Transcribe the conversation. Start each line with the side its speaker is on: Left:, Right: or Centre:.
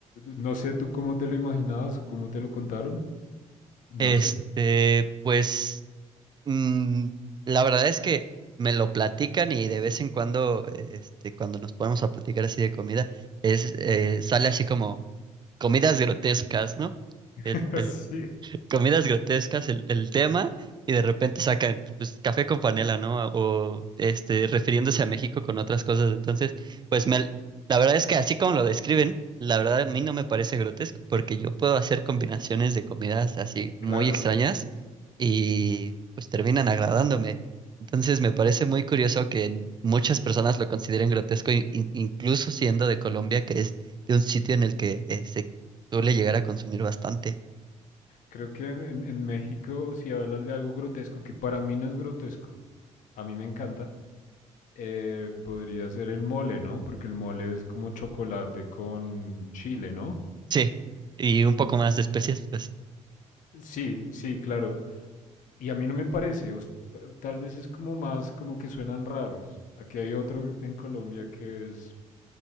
Left: no sé tú cómo te lo imaginabas o cómo te lo contaron. No
Right: Este,
Left: sé.
Right: pues Mm, la verdad es que me lo platican y de vez en cuando, este, cuando nos ponemos a platicar así de comida, es, eh, sale así como comidas grotescas, ¿no?
Left: <laughs>
Right: El, el-
Left: Sí,
Right: Comidas grotescas el, el tema y de repente sacan pues, café con panela, ¿no? O este, refiriéndose a México con otras cosas. Entonces, pues me, la verdad es que así como lo describen, la verdad a mí no me parece grotesco porque yo puedo hacer combinaciones de comidas así muy
Left: claro.
Right: extrañas y pues terminan agradándome. Entonces me parece muy curioso que muchas personas lo consideren grotesco, in- in- incluso siendo de Colombia, que es de un sitio en el que eh, se suele llegar a consumir bastante.
Left: Creo que en, en- en México, si hablas de algo grotesco, que para mí no es grotesco, a mí me encanta, eh, podría ser el mole, ¿no? Porque el mole es como chocolate con chile, ¿no?
Right: Sí, y un poco
Left: En-
Right: más de especias, pues sí.
Left: sí, sí, claro. Y a mí no me parece, o sea, tal vez es como más como que suenan raros. Aquí hay otro en Colombia que es